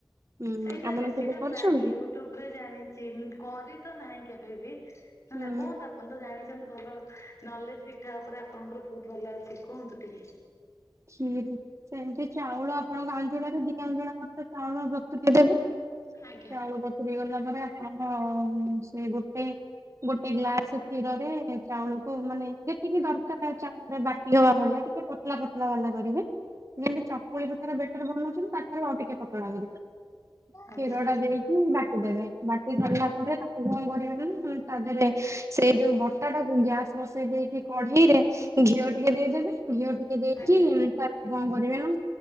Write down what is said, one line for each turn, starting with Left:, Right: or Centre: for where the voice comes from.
Right: ହୁଁ
Left: ସେଇଟା
Right: ଆପଣ
Left: ରେସିଟା
Right: କେବେ କରିଛନ୍ତି?
Left: ପ୍ରାଇ ୟୁଟ୍ୟୁବ ରେ ଜାଣି ଛି କରି ତ ନାହିଁ କେବେ ବି ହେଲା
Right: ହୁଁ
Left: କିହନ୍ତ ଆପଣ ତ ଜାଣିଛନ୍ତି ଭଲ ନଲେଜ ପିଠା ଉପରେ ଆପଣଙ୍କର ବହୁତ ଭଲ ଅଛି କୁହନ୍ତୁ ଟିକେ।
Right: କ୍ଷୀରି ସେମିତି ଚାଉଳ ଆପଣଙ୍କ ଅଞ୍ଜିଲରେ ଦିଟା ଅଞ୍ଜଳୀ ମତ ଚାଉଳ ବତୁରେଇ ଦେବେ।
Left: ଆଜ୍ଞା।
Right: ଚାଉଳ ବତୁରି ଗଲା ପରେ ଆଣ ସେ ଗୋଟେ ଗୋଟେ ଗ୍ଲାସ କ୍ଷୀରରେ ଚାଉଳକୁ ମାନେ ଯେତିକି ଦରକାର ଚାଉଳରେ ବାଟି ହବା ଭଳିଆ ଟିକେ ପତଲା ପ ତଲାଵାଲା କରିବେ ଯେମିତି ଚକୁଳି ପି ର ବେଟର ବନଉଛନ୍ତି ତା ପରେ ଆଉ ଟିକେ ପତଳା କରିବେ କ୍ଷୀର
Left: ଆଜ୍ଞା।
Right: ଟା ଦେଇକି ବାଟିଦେବେ। ବାଟି ସରିଲା ପରେ ତାକୁ କଣ କରିବେ ନା ନା ତା ଦେହରେ ସେଇ ଯୋଉ ବଟା ଟାକୁ ଗ୍ୟାସ୍ ବସେଇ ଦେଇକି କଢେଇରେ ଘିଅ ଟିକେ ଦେଇଦେବେ ଘିଅ ଟିକେ ଦେଇକି
Left: ଆଜ୍ଞା
Right: ତାପରେ କଣ କରିବେ ନା